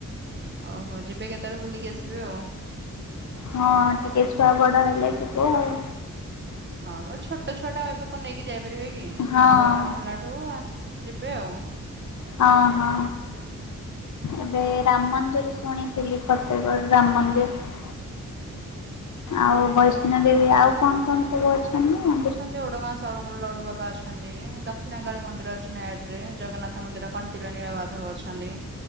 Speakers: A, on the right; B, on the left.
A: ଓ ହୋଉ ଯିବେ କେତେବେଳେ ବୁଲିକି ଆସିବେ ଆଉ।
B: ହଁ ଟିକେ ଛୁଆ ବଡ଼ ହେଲେ ଯିବୁ ଆଉ।
A: ହଁ ମ ଛୋଟ ଛୁଆ ଟା ଏବେ କଣ ନେଇକି ଯାଇପାରିବେ କି
B: ହଁ।
A: ବଡ଼ ହେଲାଠୁ ଅସ ଯିବେ ଆଉ।
B: ହଁ ହଁ। ଏବେ ରାମ ମନ୍ଦିର ଶୁଣିଥିଲି ଫତେକଗଡ଼ ରାମ ମନ୍ଦିର। ଆଉ ବୈଷ୍ଣ ଦେବୀ ଆଉ କଣ କଣ? ସବୁ ଅଛନ୍ତି ନା।
A: ଅଛନ୍ତି ଉଡ଼ଙ୍ଗାସ୍ ତରଙ୍ଗୁରୁ ଲଡୁ ବାବା ଅଛନ୍ତି ଦକ୍ଷିଣକାଳି ମନ୍ଦିର ଅଛିନେଟ୍ ରେ ଜଗନ୍ନାଥ ମନ୍ଦିର କଣ୍ କେଲାଣି ଆଉମାଧବ ଅଛନ୍ତି।